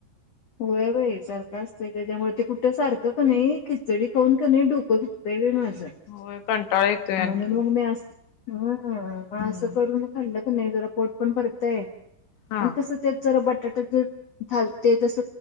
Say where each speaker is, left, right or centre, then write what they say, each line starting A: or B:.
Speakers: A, on the left (about 85°); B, on the left (about 70°).
A: होय बाई सारख असतय त्याज्यामुळ ते कुठ सारख कनय खिचडी खाऊन कनय डोक दुखतय बाई माझ.
B: होय कंटाळा येतोय आणखी
A: म्हणून मग मी अस ह मग
B: हम्म
A: अस करून खाल्ल कनय म जरा पोट पण भरतय.
B: हा
A: आणि कस त्यात जरा बटाटे घालते. ते तस